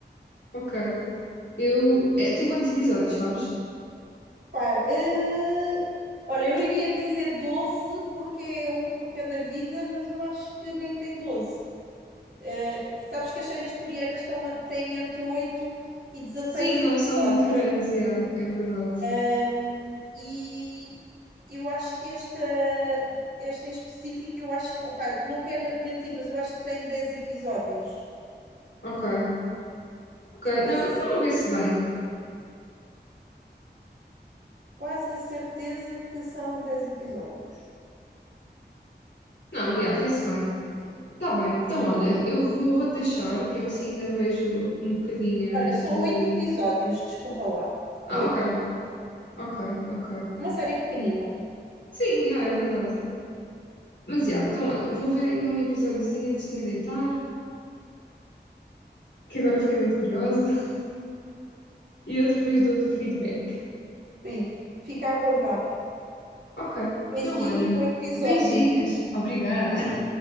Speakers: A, on the left (about 85°); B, on the right (about 80°).
A: ok. Eu, é, tem quantos episódios, sabes?
B: Pá, eh, olha, eu iria dizer 12 porque é um por cada vida, mas eu acho que nem tem doze Eh, sabes que as séries coreanas estão, a- têm entre 8 e 16
A: Sim,
B: episódios.
A: não são muito grandes, yeah, é verdade.
B: Um, E eu acho que esta, esta em específico, eu acho que, opá, não quero mentir, mas eu acho que tem 10 episódios.
A: Ok, ok.
B: Tenho quase
A: Não, então
B: a certeza,
A: vê-se bem.
B: quase a certeza que são 10 episódios.
A: Não, yeah, vê-se bem. Tá bem, então olha, eu vou, vou deixar, que assim ainda vejo um bocadinho
B: Olha,
A: antes
B: são
A: de.
B: 8 episódios, desculpa lá.
A: Ah,
B: oito
A: ok, ok, ok.
B: Uma série pequenina.
A: Sim, yeah, é verdade. Mas já, então olha, vou ver ainda um episódiozinho antes de me deitar, que agora fiquei muito curiosa, <laughs> e eu depois dou-te o feedback.
B: Sim. Fica a aguardar.
A: Ok,
B: Beijinho
A: então olha,
B: e bom episódio.
A: beijinhos, obrigada,